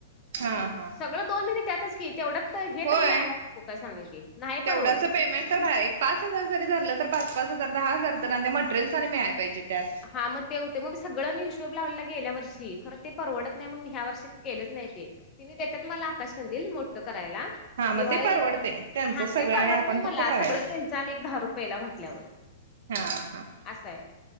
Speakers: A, on the right (about 60°); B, on the left (about 30°).
A: हा
B: मग ते
A: हा
B: सग म दोन महिने त्यातचं की तेवड्यात हे
A: होय.
B: तर मिळालं नको काय सांगा की नाही
A: तेवढ्याचं
B: परवडतं की
A: पेमेंट तर भाड एक पाच हजार जरी धरलं तर पाच पाच हजार दहा हजार आणि त्या मटेरियल्स आणि मिळायं पाहिजे त्यात
B: हा ते होते मग मी सगळं मी हिशोब लावला. गेल्या वर्षी खरं ते परवडतं नाही म्हणून मी ह्या वर्षी केलेचं नाय ते. तिनी देतात मला आकाश कंदील मोठं करायला.
A: हा मग
B: दिवाळी
A: ते परवडतय
B: एक
A: त्यांचं
B: हा
A: सगळं
B: ते परवडतं
A: आणि आपण
B: मला
A: फक्त करायचं.
B: सगळं त्यांचं चा आणि एक दहा रुपयेला म्हटल्यावर
A: हा हा
B: असं हाय